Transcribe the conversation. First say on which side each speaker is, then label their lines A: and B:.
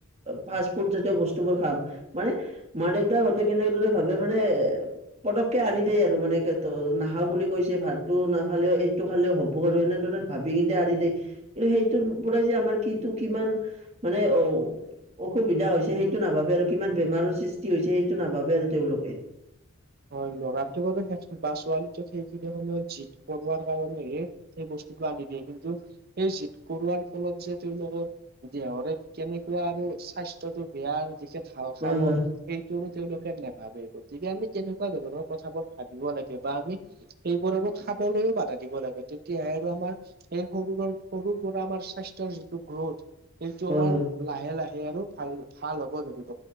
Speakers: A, on the right; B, on the right.
A: ফা ফুড জাতীয় বস্তুবোৰ খাম। মানে মা দেউতা সতে কেনেকদৰে ভাবে মানে পটকে আনি দেই আৰু মানে নাখাও বুলি কৈছে ভাতটো নাখালেও এইটো খালেও হ'ব আৰু এনেদৰে ভাবি কিন্তু আনি দেই কিন্তু সেইটোৰ পৰাই যে আমাৰ কিটো কিমান মানে অ অসুবিধা হৈছে সেইটো নাভাবে আৰু কিমান বেমাৰৰ সৃষ্টি হৈছে সেইটো নাভাবে আৰু তেওঁলোকে।
B: হয় ল'ৰাটোক বা ছোৱালীটোক সেইখিনি সময়ত জিত পোৱাৰ কাৰণে সেই বস্তু আনি দিয়ে কিন্তু সেই জদ কৰোৱাৰ ফলত যে তেওঁলোকৰ দেহৰে কেনেকুৱা আৰু স্বাস্থ্য তো বেয়া দিশেত খা
A: হয়
B: খাব
A: হয়
B: এইটোৰো তেওঁলোকে নাভাবে গতিকে আমি তেনেকুৱা ধৰণৰ কথাবোৰ ভাবিব লাগে বা আমি সেইবোৰ আৰু খাবলৈয়ও বাধা দিব লাগে তেতিয়াই আৰু আমাৰ সেই সৰুৰ সৰুৰ পৰা আমাৰ স্বাস্থ্যৰ যিটো গ্ৰোথ সেইটো
A: হয়
B: আমাৰ
A: হয়
B: লাহে লাহে আৰু ভাল ভাল হ'ব ধৰিব